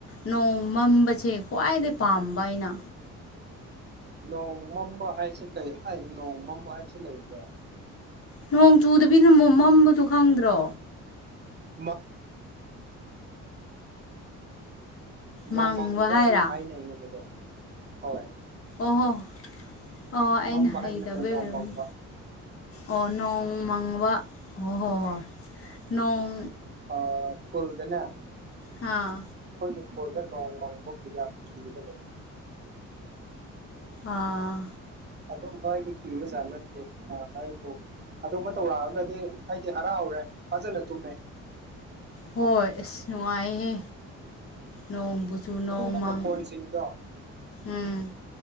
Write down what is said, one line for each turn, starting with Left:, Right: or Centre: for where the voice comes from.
Left: ꯅꯣꯡ ꯃꯝꯕꯁꯦ ꯈ꯭ꯋꯥꯏꯗꯩ ꯄꯥꯝꯕ ꯑꯩꯅ꯫
Right: ꯅꯣꯡ ꯃꯝꯕ ꯍꯥꯏꯁꯦ ꯀꯩ ꯍꯥꯏ ꯅꯣꯡꯃꯝꯕ ꯍꯥꯏꯕꯁꯦ ꯂꯩꯕ꯭ꯔꯥ?
Left: ꯅꯣꯡ ꯆꯨꯗꯕꯤꯅ ꯃꯣ ꯃꯝꯕꯗꯨ ꯈꯪꯗ꯭ꯔꯣ?
Right: ꯃꯥ ꯅꯣꯡꯃꯪꯕ
Left: ꯃꯪꯕ ꯍꯥꯏꯔ
Right: ꯍꯥꯏꯅ ꯍꯥꯏꯅꯩꯌꯦꯕꯗꯣ ꯍꯣꯏ꯫
Left: ꯑꯣ ꯍꯣ ꯑꯣ ꯑꯩꯅ
Right: ꯃꯝꯕ
Left: ꯍꯩꯗꯕꯩ
Right: ꯍꯥꯏ ꯅꯠꯇꯦ ꯅꯣꯡ
Left: ꯑꯣꯏꯔꯝꯅꯤ
Right: ꯃꯪꯕ
Left: ꯑꯣ ꯅꯣꯡ ꯃꯥꯡꯕ ꯍꯣꯏ ꯍꯣꯏ ꯍꯣꯏ ꯅꯣꯡ
Right: ꯑꯥ ꯈꯨꯜꯗꯅꯦ
Left: ꯍꯥꯥ
Right: ꯈꯣꯏꯒꯤ ꯈꯨꯜꯗ ꯅꯣꯡ ꯃꯪꯕꯕꯨ ꯌꯥꯝ ꯆꯨꯗꯕꯅꯦ
Left: ꯑꯥ
Right: ꯑꯗꯨꯝ ꯍꯥꯏꯗꯤ ꯀꯤꯕꯖꯥꯠ ꯅꯠꯇꯦ <unintelligible> ꯑꯗꯨꯝꯕ ꯇꯧꯔꯛꯑꯒꯗꯤ ꯑꯩꯗꯤ ꯍꯔꯥꯎꯔꯦ ꯐꯖꯅ ꯇꯨꯝꯃꯦ꯫
Left: ꯍꯣꯏ ꯑꯁ ꯅꯨꯡꯉꯥꯏꯌꯦꯍꯦ꯫ ꯅꯣꯡꯕꯨ ꯆꯨ ꯅꯣꯡꯃꯪ
Right: ꯑꯗꯨꯝꯕ ꯃꯈꯣꯟꯁꯤꯡꯗꯣ
Left: ꯎꯝ